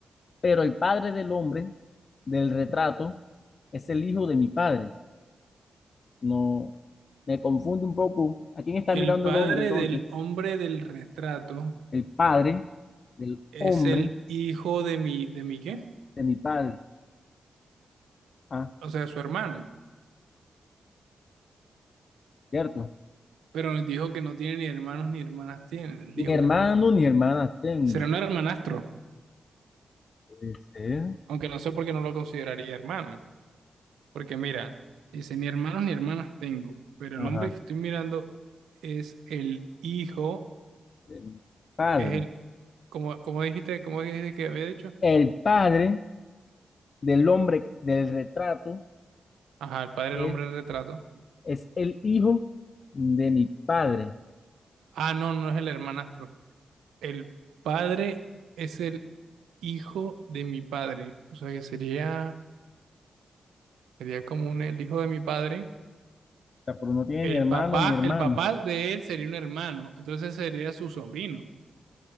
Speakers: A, on the left; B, on the right.
A: pero el padre del hombre del retrato es el hijo de mi padre. no me confunde un poco. ¿A quién está
B: El
A: mirando
B: padre
A: el hombre entonces?
B: del hombre del retrato
A: El padre del
B: es
A: hombre
B: el hijo de mi, ¿de mi qué?
A: de mi padre. Ah,
B: O sea, su hermano.
A: cierto.
B: Pero nos dijo que no tiene ni hermanos ni hermanas tiene,
A: Ni
B: dijo
A: hermano
B: él, pues.
A: ni hermanas tengo.
B: Será un hermanastro,
A: Puede ser.
B: aunque no sé por qué no lo consideraría hermano. Porque mira, dice, ni hermanos ni hermanas tengo, pero
A: Ajá.
B: el hombre que estoy mirando es el hijo,
A: de mi padre.
B: es el, como, como dijiste, como dijiste que había dicho?
A: El padre del hombre del retrato
B: Ajá, el padre
A: es,
B: del hombre del retrato.
A: es el hijo de mi padre.
B: Ah, no, no es el hermanastro. el padre es el hijo de mi padre. O sea que sería, sería como un, el hijo de mi padre.
A: O sea, pero no tiene
B: El
A: ni hermano
B: papá,
A: ni hermana.
B: el papá de él sería un hermano. Entonces sería su sobrino,